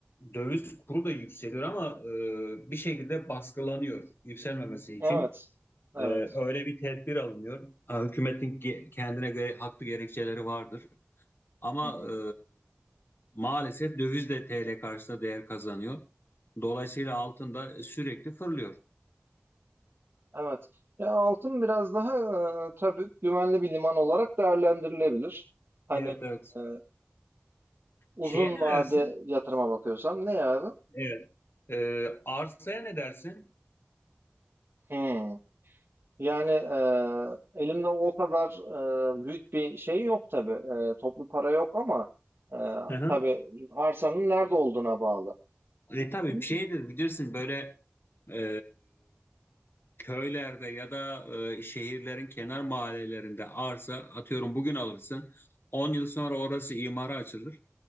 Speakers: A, on the left (about 60°); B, on the right (about 70°).
A: döviz kuru da yükseliyor ama e, bir şekilde baskılanıyor yükselmemesi için.
B: Evet. Evet.
A: E, öyle bir tedbir alınıyor. Ha, hükümetin ge- kendine göre haklı gerekçeleri vardır. Ama
B: Hı hı.
A: e, maalesef döviz de TL karşısında değer kazanıyor. Dolayısıyla altın da sürekli fırlıyor.
B: Evet. Ya altın biraz daha e, tabii güvenli bir liman olarak değerlendirilebilir. Hani
A: Evet evet.
B: e, uzun
A: Şeye ne
B: vade
A: dersin?
B: yatırıma bakıyorsam ne ya abi?
A: Evet. E, arsaya ne dersin?
B: Hmm. Yani e, elimde o kadar e, büyük bir şey yok tabii. E, toplu para yok ama e,
A: Hı hı.
B: tabii arsanın nerede olduğuna bağlı.
A: E, tabii
B: Hmm.
A: bir şeydir bilirsin böyle e, köylerde ya da e, şehirlerin kenar mahallelerinde arsa atıyorum bugün alırsın. on yıl sonra orası imara açılır.